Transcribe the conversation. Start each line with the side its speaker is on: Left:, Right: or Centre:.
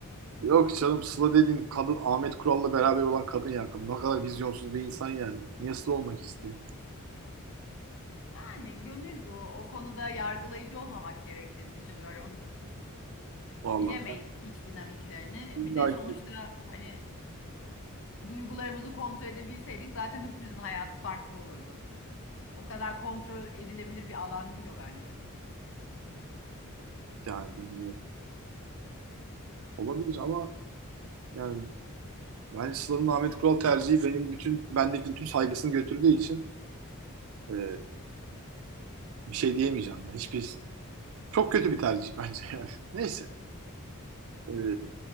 Right: Yok canım Sıla dediğin kadın Ahmet Kural'la beraber olan kadın ya. Ne kadar vizyonsuz bir insan yani. Niye Sıla olmak isteyeyim?
Left: Yani gönül bu. O konuda yargılayıcı olmamak gerektiğini düşünüyorum.
Right: Vallahi
Left: Bilemeyiz
Right: ben
Left: iç dinamiklerini.
Right: illa
Left: Bir de sonuçta
Right: ki-
Left: hani duygularımızı kontrol edebilseydik zaten hepimizin hayatı farklı olurdu. O kadar kontrol edilebilir bir alan değil o bence.
Right: yani bilmiyorum. Olabilir ama yani Ben Sıla'nın Ahmet Kural tercihi benim bütün bendeki bütün saygısını götürdüğü için e, bir şey diyemeyeceğim ya. Hiçbir çok kötü bir tercih bence yani. <laughs> Neyse. E,